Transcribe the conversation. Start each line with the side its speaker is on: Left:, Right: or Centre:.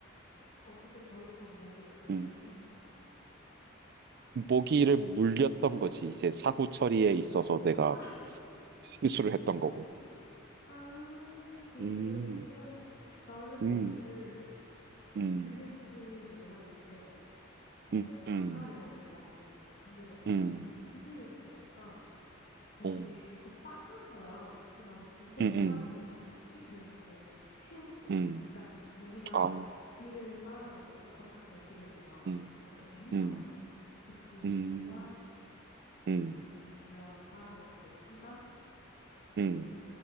Left: 어쨌든 결론적으로 모기는 안 물렸네.
Right: 음, 모기를 물렸던 거지. 이제 사후 처리에 있어서 내가
Left: 아,
Right: 실수를 했던 거고.
Left: 아, 그런
Right: 음,
Left: 거였구나. 나는
Right: 음,
Left: 모기를 물린지
Right: 음,
Left: 몰랐는데, 어,
Right: 음,
Left: 안
Right: 음,
Left: 가려웠어. 근데 내가 나중에
Right: 음,
Left: 씻으려고 보니까 거기에
Right: 오,
Left: 좀 빨간 거야. 근데 나는 뭐가
Right: 음,
Left: 이렇게 빨간
Right: 음,
Left: 게 묻었지? 그랬는데 피었어.
Right: 음,
Left: 그러니까 모기가
Right: 아, 아,
Left: 내 피를 빨아먹고 나서 그 모기를 내가
Right: 음,
Left: 어떻게 했나
Right: 음,
Left: 봐. 그래서 그 모기와
Right: 음, 음,
Left: 그 모기가 빨아먹은 내 피가 내
Right: 음,